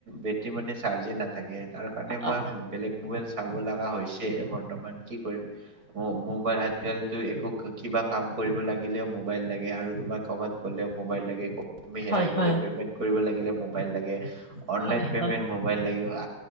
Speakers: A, on the right (about 75°); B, on the left (about 25°).
A: বেটৰী মানে চাৰ্জে নাথাকে। তাৰ কাৰণে মই
B: অ।
A: বেলেগ মবাইল চাব লগা হৈছে বৰ্তমান কি কৰিম। মোবাইল আজিকালিটো একো কিবা কাম কৰিব লাগিলেও মোবাইল লাগে আৰু তোমাৰ কৰবাত গ'লেও মোবাইল লাগে আমি হেৰাই
B: হয়
A: গলে
B: হয়
A: পেমেণ্ট কৰিব লগে। আহিলে মোবাইল লাগে অনলাইন
B: হয়
A: পেমেট
B: হয়।
A: মবাইল লাগিব।